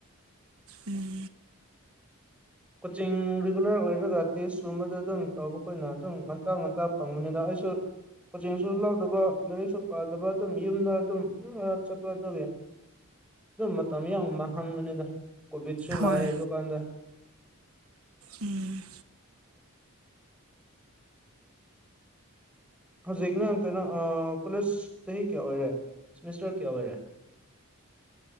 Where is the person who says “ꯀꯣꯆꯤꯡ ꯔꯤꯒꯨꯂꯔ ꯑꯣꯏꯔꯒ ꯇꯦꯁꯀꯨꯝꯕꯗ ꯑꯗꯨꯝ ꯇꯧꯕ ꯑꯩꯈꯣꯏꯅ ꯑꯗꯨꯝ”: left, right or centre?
Centre